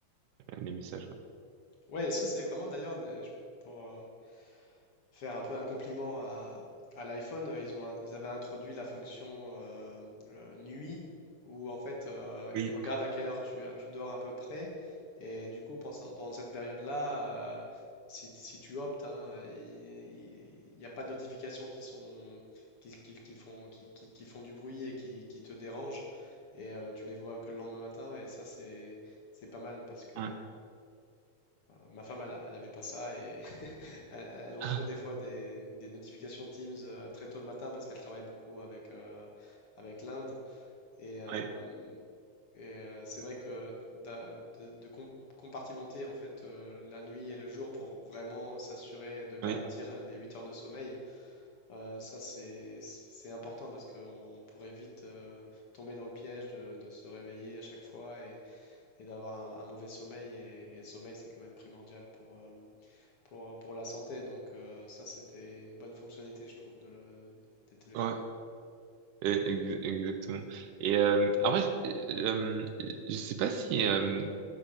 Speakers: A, on the right; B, on the left.
A: les messages. ouais.
B: Ouais, ça c'est vraiment d'ailleurs des- je- pour euh, faire un peu un compliment à, à l'iPhone, euh, ils ont, un- ils avaient introduit la fonction euh, euh, nuit où en fait euh,
A: Oui,
B: ils regardent à quelle heure tu, euh, tu dors à peu près et du coup pendant, pendant cette période-là, euh, si, si tu optes, hein, il n'y a pas de notifications qui sont qui, qui- qui font qui, qui- qui font du bruit et qui, qui te dérangent et euh, tu les vois que le lendemain matin et ça c'est c'est pas mal parce que
A: ouais,
B: Ma femme, elle, elle avait pas ça et <laughs> elle, elle reçoit
A: Ah,
B: des fois des, des notifications Teams euh, très tôt le matin parce qu'elle travaille beaucoup avec, euh, avec l'Inde. Et, euh,
A: ouais,
B: et, euh, c'est vrai que d'a- de, de com- compartimenter en fait euh, la nuit et le jour pour vraiment s'assurer de garantir
A: ouais,
B: les 8 heures de sommeil, euh, ça c'est c'est- c'est important parce qu'on pourrait vite euh, tomber dans le piège de, de se réveiller à chaque fois et, et d'avoir un, un mauvais sommeil. Et, et le sommeil, c'est quand même primordial pour, euh, pour, pour la santé. Donc euh, ça, c'était une bonne fonctionnalité, je trouve, de le- des téléphones.
A: ouais, e- ex- exactement. Et euh, après, je, euh, je sais pas si, euh,